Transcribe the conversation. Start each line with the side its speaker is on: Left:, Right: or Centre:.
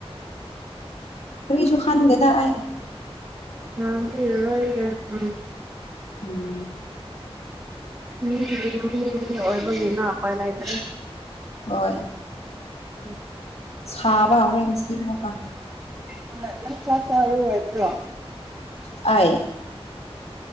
Left: ꯀꯔꯤꯁꯨ ꯈꯥꯟꯗꯦꯗ ꯑꯩ
Right: ꯉ ꯐ <unintelligible> ꯑꯣꯏꯒꯦ ꯎꯝ
Left: ꯎꯝ
Right: ꯃꯤ ꯑꯣꯜꯕꯒ ꯌꯦꯅ ꯍꯥꯄꯂꯗ꯭ꯔꯦ
Left: ꯍꯣꯏ
Right: ꯎꯝ
Left: ꯁꯕ ꯍꯧꯔꯛꯁꯤ ꯃꯨꯀꯥ
Right: ꯑꯪ ꯆꯥꯛ ꯆꯔꯔꯣꯗ꯭ꯔꯣ ꯑ
Left: ꯑꯩ